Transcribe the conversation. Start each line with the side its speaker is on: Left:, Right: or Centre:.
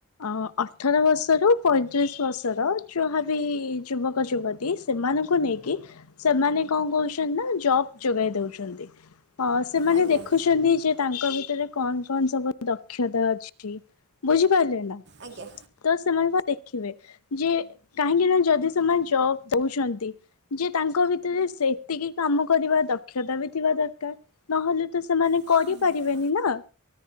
Left: ଅଁ ଅଠର ବର୍ଷରୁ ପଇଁଚାଳିଶି ବର୍ଷ। ର ଯାହାବି ଯୁବକ ଯୁବତୀ ସେମାନଙ୍କୁ ନେଇକି- ସେମାନେ କଣ କହୁଚନ୍ତି ନା ଜବ୍ ଯୋଗାଇ ଦଉଛୁ। ହଁ ସେମାନେ
Right: ଆଜ୍ଞା
Left: ଦେଖୁଛନ୍ତି ଯେ ତାଙ୍କ ଭିତରେ କଣ କଣ ସବୁ ଦକ୍ଷତା ଅଛି। ବୁଝିପାରିଲେ ନା।
Right: ଆଜ୍ଞା
Left: ତ ସେମାନେ ଦେଖିବେ ଯେ କାହିଁକି ନା ଯଦି ସେମାନେ ଜବ୍ ଦଉଛନ୍ତି। ଯେ ତାଙ୍କ ଭିତରେ ସେତିକି କାମ କରିବା ଦକ୍ଷତା ବି- ଥିବା ଦରକାର ନହେଲେ ତ ସେମାନେ
Right: ହଁ
Left: କରିପାରିବେନି
Right: ହଁ
Left: ନା।